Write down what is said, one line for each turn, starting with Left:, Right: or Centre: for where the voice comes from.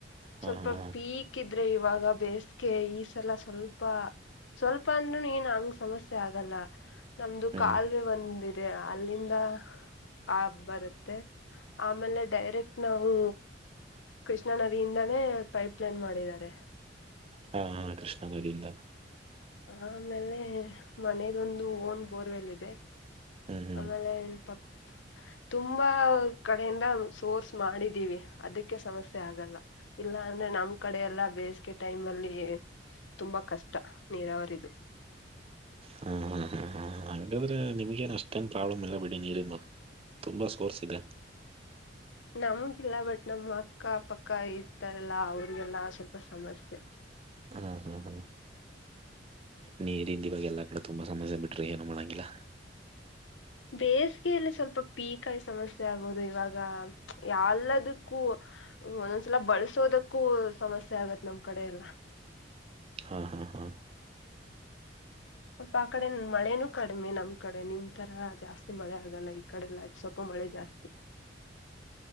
Right: ಹಾ
Left: ಸ್ವಲ್ಪ
Right: ಹಾ ಹಾ
Left: ಪೀಕ್ ಸಿಕ್ಕಿದ್ರೆ ಇವಾಗ ಬೇಸಗೆ ಈ ಸಲ ಸ್ವಲ್ಪ ಸ್ವಲ್ಪ ಅಂದ್ರುನು ಏನ್ ಹಂಗ್ ಸಮಸ್ಯೆ ಆಗಲ್ಲ ನಮ್ದು
Right: ಹ್ಮ್
Left: ಕಾಲು ಬಂದಿದೆ ಅಲ್ಲಿಂದ ಆ ಬರುತ್ತೆ ಆಮೇಲೆ ಡೈರೆಕ್ಟ್ ನಾವು ಕೃಷ್ಣಾ ನದಿಯಿಂದಾನೇ ಪೈಪ್ ಲೈನ್ ಮಾಡಿದ್ದಾರೆ
Right: ಹಾ ಹಾ ಕೃಷ್ಣ ನದಿಯಿಂದ.
Left: ಆಮೇಲೆ ಮನೆದೊಂದು ಓನ್ ಬೋರ್ವೆಲ್ ಇದೆ.
Right: ಹ್ಮ್ ಹ್ಮ್
Left: ಆಮೇಲೆ ಪಪ್ ತುಂಬಾ ಕಡೆಯಿಂದ ಸೋರ್ಸ್ ಮಾಡಿದೀವಿ ಅದಕ್ಕೆ ಸಮಸ್ಯೆ ಆಗಲ್ಲ ಇಲ್ಲ ಅಂದ್ರೆ ನಮ್ ನಮ್ಕಡೆ ಎಲ್ಲ ಬೇಸಿಗೆ ಟೈಮ್ ಅಲ್ಲಿ ತುಂಬಾ ಕಷ್ಟ ನೀರಾವರಿದು.
Right: ಹಾ ಹ ಹಾ ಹಾ ಹಾಗಂಗಾದ್ರೆ ನಿಮ್ಗೇನ್ ಅಷ್ಟೇನ್ ಪ್ರಾಬ್ಲಮ್ ಇಲ್ಲ ಬಿಡಿ ನೀರಿಂದು. ತುಂಬಾ ಸ್ಕೋರ್ಸ್ ಇದೆ.
Left: ನಮಗಿಲ್ಲ ಬಟ್ ನಮ್ಮ ಅಕ್ಕ ಪಕ್ಕ ಇರ್ತಾರಲ್ಲಾ ಅವ್ರಿಗೆಲ್ಲ ಸ್ವಲ್ಪ ಸಮಸ್ಯೆ.
Right: ಹಾ ಹಾ ಹಾ ನೀರಿಂದ ಇವಾಗ ಎಲ್ಲಾ ಕಡೆ ತುಂಬಾ ಸಮಸ್ಯೆ ಬಿಟ್ರಿ ಏನು ಮಾಡಂಗಿಲ್ಲಾ.
Left: ಬೇಸಿಗೆಯಲ್ಲೆ ಸ್ವಲ್ಪ ಪೀಕಾಯಿ ಸಮಸ್ಯೆ ಆಗೋದು ಇವಾಗ ಎಲ್ಲದಕ್ಕೂ ಒಂದೊಂದ್ಸಲ ಬಳ್ಸೋದಕ್ಕೂ ಸಮಸ್ಯೆ ಆಗತ್ ನಮ್ ಕಡೆ ಎಲ್ಲಾ.
Right: ಹಾ ಹಾ ಹಾ
Left: ಸ್ವಲ್ಪ ಆ ಕಡೆ ಮಳೇನೂ ಕಡಿಮೆ ನಮ್ ಕಡೆ ನಿಮ್ ತರಾ ಜಾಸ್ತಿ ಮಳೆ ಆಗಲ್ಲ ಈಗ ಕಡೆಲ್ಲ ಸ್ವಲ್ಪ ಮಳೆ ಜಾಸ್ತಿ.